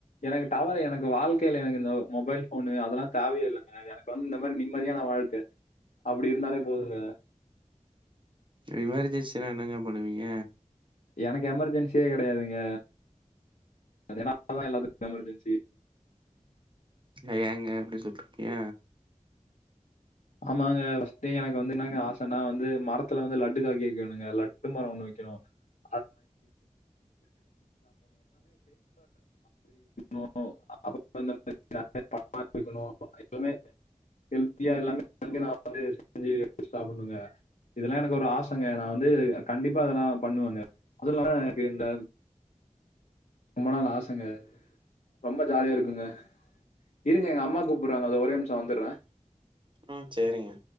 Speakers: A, on the left; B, on the right.
A: எனக்கு டவரு எனக்கு வாழ்க்கைல எனக்கு இந்த மொபைல் போனு அதெல்லா தேவயே இல்லைங்க எனக் வந்து இந்த மாதிரி நிம்மதியான வாழ்க்கை அப்டி இருந்தாலே போதுங்க
B: இமெர்ஜென்சினா என்னங்க பண்ணுவீங்க
A: எனக்கு எமர்ஜென்சியே கெடயாதுங்க அது என்னால தா எல்லாத்துக்கு எமர்ஜென்சி
B: ஏங்க இப்பிடி சொல்றீங்க
A: ஆமாங்க பஸ்ட்டே எனக்கு வந்து இன்னாங்க ஆஸ் நா வந்து மரத்துல வந்து லட்டு காய்க வெக்கணுங்க லட்டு மரோ ஒன்னு வெக்கணு <inaudible> ஓ அப் அப்பே இந்த மாரி எப்பமே ஹெல்த்தியா எல்லாமே அங்க நா வந்து செஞ்சு எடுத்து சாப்பட்ணுங்க இதெல்லா எனக்கு ஒரு ஆசைங்க நா வந்து கண்டிப்பா இதெல்லா பண்ணுவேங்க அது இல்லாத எனக்கு இந்த ரொம்ப நாள் ஆசைங்க ரொம்ப ஜாலியா இருக்குங்க இருங்க எங்க அம்மா கூப்புட்றாங்க அதோ ஒரே நிம்ஷோ வந்துட்ற
B: ம் சேரிங்க